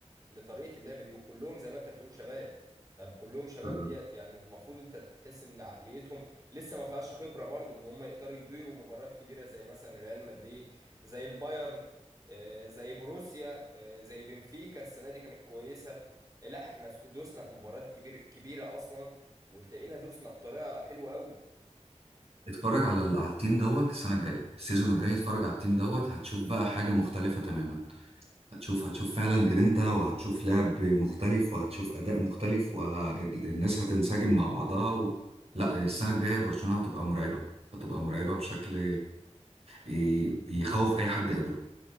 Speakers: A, on the right; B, on the right.
A: لطريقه اللعب دي وكلهم زي ما انت بتقول شباب طب كلهم شباب
B: ف...
A: ديت يعني المفروض انت تحس ان عقليتهم لسه ما فيهاش خبره برضو ان هم يقدروا يديروا مباريات كبيره زي مثلا ريال مدريد زي البايرن آه، زي بروسيا آه، زي بنفيكا السنه دي كانت كويسه آه، لا احنا دوسنا في مباريات كبير كبيره اصلا وتلاقينا دوسنا بطريقه حلوه قوي
B: اتفرج على ال- على التيم دوت السنه الجايه السيزون الجاي اتفرج على التيم دوت هتشوف بقى حاجه مختلفه تماما هتشوف هتشوف فعلا جرينتا وهتشوف لعب مختلف وهتشوف اداء مختلف والناس هتنسجم مع بعضها و... لا السنه الجايه برشلونه هتبقى مرعبه هتبقى مرعبه بشكل ي- يخوف اي حد يقابله